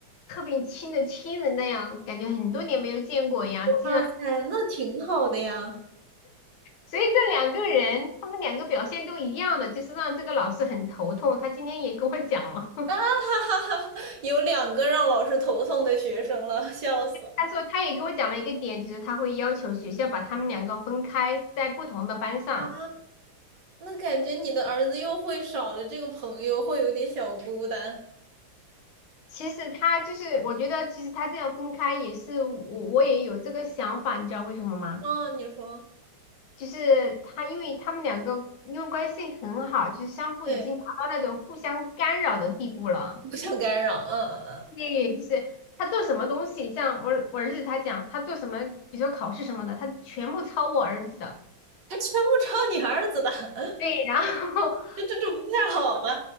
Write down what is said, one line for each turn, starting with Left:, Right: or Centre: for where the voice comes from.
Left: 特别亲的亲人那样，感觉很多年没有见过一样，竟然，
Right: 哇塞，那挺好的呀！
Left: 所以这两个人他们两个表现都一样的，就是让这个老师很头痛。他今天也跟我讲了。
Right: 啊哈哈哈，<laughs> 有两个让老师头痛的学生了，笑死了
Left: 他说他也给我讲了一个点，就是他会要求学校把他们两个分开在不同的班上。
Right: 啊！那感觉你的儿子又会少了这个朋友，会有点小孤单。
Left: 其实他就是，我觉得其实他这样分开也是我我也有这个想法，你知道为什么吗？
Right: 哦，你说，
Left: 就是他因为他们两个因为关系很好，就是相互已经达到那种互相干扰的地步了。
Right: 对，不想干扰，嗯嗯嗯，
Left: 对，就是他做什么东西，像我我儿子他讲他做什么，比如说考试什么的，他全部抄我儿子的。
Right: 他全部抄你儿子的，<laughs>
Left: 对，然后 <laughs>。然后。
Right: 这这这不太好吧？